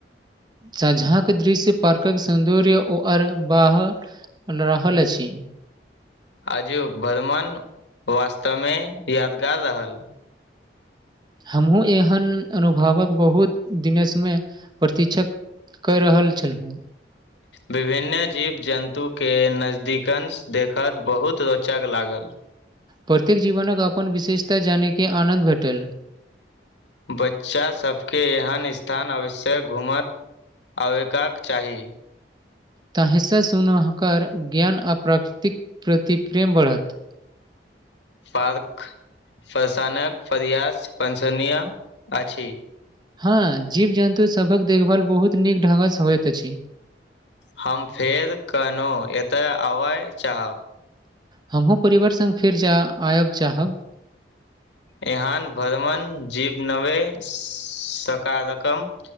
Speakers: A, on the right; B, on the left.
A: साँझक दृश्य प्रकृतिक सौन्दर्य। ओ आओर बाहर रहल अछि।
B: आजुक भ्रमण वास्तवमे यादगार रहल।
A: हमहूँ एहन अनुभवक बहुत दिनसँ प्रतीक्षा कऽ रहल छलहुँ।
B: विभिन्न जीव जन्तुके नजदीकसँ देखब बहुत रोचक लागल।
A: प्रत्येक जीवक अपन विशेषता जानबाक आनन्द भेटल।
B: बच्चासभके एहन स्थान अवश्य घुमय आबयक चाही।
A: ताहिसँ हुनकर ज्ञान आ प्रकृतिक प्रति प्रेम बढ़त।
B: पार्क। प्रशासनक प्रयास प्रशंसनीय अछि।
A: हँ, जीव जन्तुसभक देखभाल बहुत नीक ढंगसँ होइत अछि।
B: हम फेर कखनहुँ एतय आबय चाहब।
A: हमहुँ परिवारसँगे फेर जा आयब चाहब।
B: ईहाँ भ्रमण जीव नव्हे सकारात्मक।